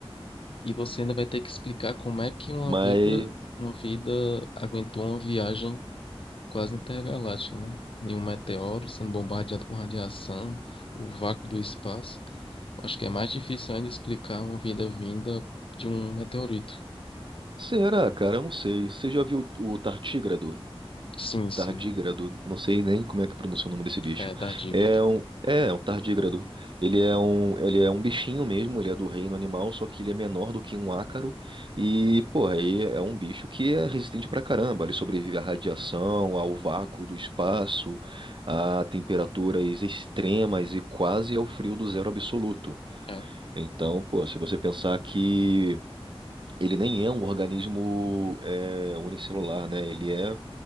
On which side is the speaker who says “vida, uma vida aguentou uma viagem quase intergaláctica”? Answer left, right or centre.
Left